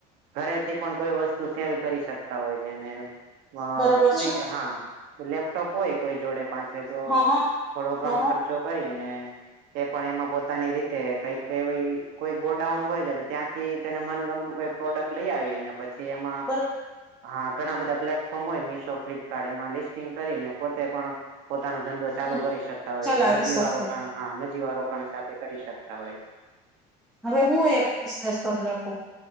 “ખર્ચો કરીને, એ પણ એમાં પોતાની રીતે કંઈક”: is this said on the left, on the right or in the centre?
Right